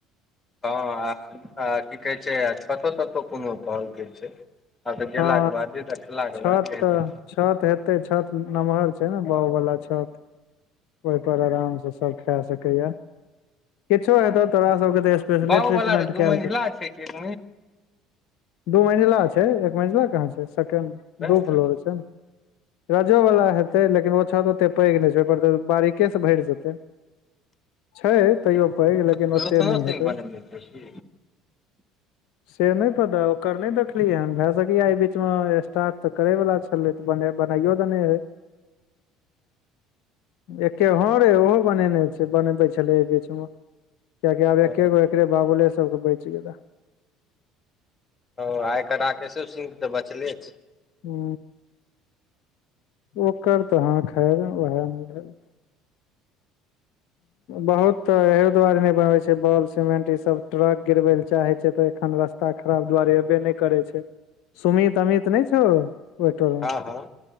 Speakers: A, on the left; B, on the left.
A: हँ की कहै छै आ छतो ततो कोनो कहलके छै हँ तऽ गेलाक
B: हँ
A: बादे तऽ खेलाक
B: छत
A: बादे रहतै
B: छत हेते छत नम्हर छै ने बउवाला छत ओहि पर आराम से खा सके यऽ किछु हैते तोरा सबके स्पेशल
A: बाउ
B: ट्रीटमेट
A: वाला तऽ दू
B: केल
A: मंजिला
B: जेतौ
A: छै कि एक
B: दू मंजिला छै एक मजिला कहाँ छै सेकेण्ड
A: मंजिला
B: दू फ्लोर छै राजो वला हेतै लेकिन ओ छत ओते पैघ नहि छैतै बारीके से भरि जेतै छै
A: रोशनो
B: तैयो पैघ लेकिन ओते नहि
A: सिंह
B: हेतै
A: बनेने छै की
B: से नहि पता ओकर नहि देखलियै हन भए सकेऽ बीच मे स्टार्ट तऽ करे वाला छलै तऽ बनाइयो देने है एके हॉं रे ओहो बनेने छै बनबै छलै एहि बीचमे किएकि आब एके
A: ओ
B: गो एकरे बाबुले सभकेँ बचि गेले
A: ओ आइ एकर राकेशो सिंह तऽ बचले छै
B: हू ओकर तऽ हाँ खैर उएह मिल बहुत तऽ एहि दुआरे नहि बनबै छै बाउल सिमेंट ई सब ट्रक गिरबै लऽ चाहै छै तऽ एखन रस्त ता खराब दुआरे एबे नहि करै छै सुमित अमित नहि छओ ओहिटोल मे
A: हँ हँ हूँ